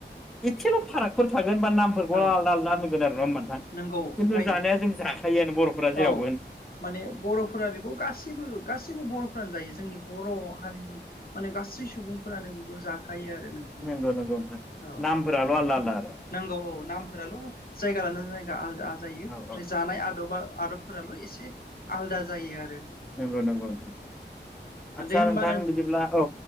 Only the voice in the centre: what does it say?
एसेल' फारागफोर थागो गोन बा नामफोरखौल'
आलद आलदा दोनगोन आरो नङा होमबा नोंथां।
खिन्थु
जानाया जों जा थायो आरो बर'फोरा
जेराव
नंगौ नंगौ नोंथां
नामफोराल' आलदा आलदा आरो
औ
औ
नंगौ नंगौ नोंथां।
आस्सा
नोंथां बिदिब्ला औ